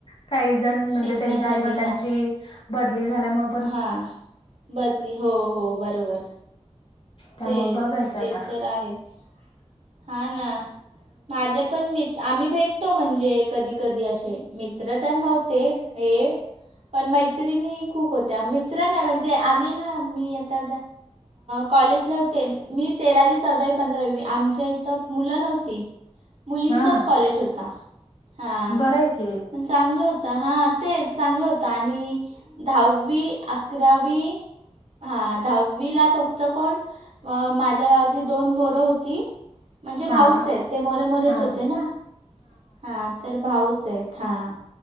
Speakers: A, on the left (about 50°); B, on the right (about 65°).
A: काही जण म्हणजे
B: शिकण्यासाठी
A: त्यांच्या आईवडिलांची बदली झाल्यामुळ
B: हा बदली हो हो बरोबर!
A: त्यामुळे
B: तेच
A: बघायचं
B: ते
A: आता
B: तर आहेच हा ना! माझे पण मित आम्ही भेटतो म्हणजे कधी कधी असे मित्र तर नव्हते. हे पण मैत्रिणी खूप होत्या मित्र नाही म्हणजे आम्ही मी आता कॉलेज होते, मी तेरावी चौदावी पंधरावी आमच्या इथं मुलं नव्हती. मुलींचाच
A: हा
B: कॉलेज होता हां
A: बरं आहे की
B: पण चांगलं होतं हां. ते चांगलं होतं आणि दहावी अकरावी हा दहावी ला फक्त कोण अ माझ्या गावातली दोन पोरं होती. म्हणजे भाऊच
A: हा
B: आहेत ते मोरे मोरेच
A: हा
B: होते ना, हा. तर भाऊच आहेत हां.